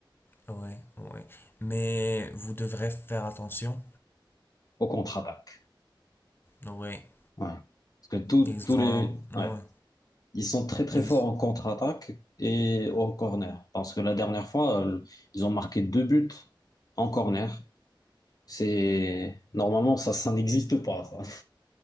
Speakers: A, on the left (about 25°); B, on the left (about 45°).
A: ouais, ouais. Mais vous devrez faire attention.
B: au contre-attaque.
A: Ouais,
B: Ouais. Parce que tous
A: ils
B: tous les,
A: ont un-
B: ouais.
A: ouais,
B: Ils sont très très
A: ils-
B: forts en contre-attaque et en corner. Parce que la dernière fois, euh, ils ont marqué deux buts en corner. C'est normalement ça, ça n'existe pas. Ça.